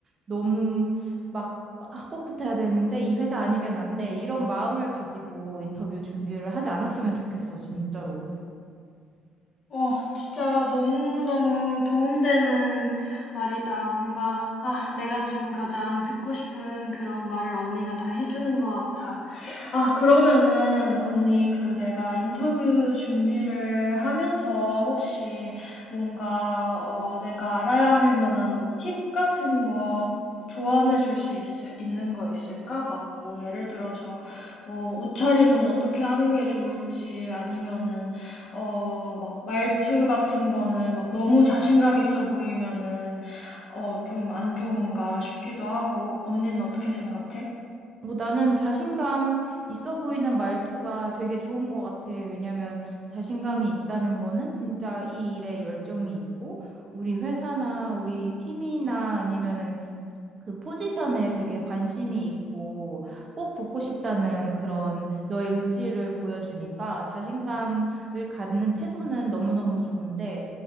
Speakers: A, on the right (about 30°); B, on the left (about 50°).
A: 너무 막, 아, 꼭 붙어야 되는데 이 회사 아니면 안 돼. 이런 마음을 가지고 인터뷰 준비를 하지 않았으면 좋겠어, 진짜로.
B: 어, 진짜 너무너무 도움되는 말이다. 뭔가 아, 내가 지금 가장 듣고 싶은 그런 말을 언니가 다 해주는 것 같아. 아, 그러면은 언니 그 내가 인터뷰 준비를 하면서 혹시 뭔가 어 내가 알아야 할 만한 뭐 팁 같은 거뭐 조언해 줄 수 있는 거 있을까? 막 뭐 예를 들어서 뭐 옷차림은 어떻게 하는 게 좋을지 아니면은 어 막 말투 같은 거는 막 너무 자신감 있어 보이면은 어 좀 안 좋은가 싶기도 하고 언니는 어떻게 생각해?
A: 어, 나는 자신감 있어 보이는 말투가 되게 좋은 것 같아. 왜냐면 자신감이 있다는 거는 진짜 이 일에 열정이 있고 우리 회사나 우리 팀이나 아니면은 그 포지션에 되게 관심이 있고 꼭 붙고 싶다는 그런 너의 의지를 보여주니까 자신감을 갖는 태도는 너무너무 좋은데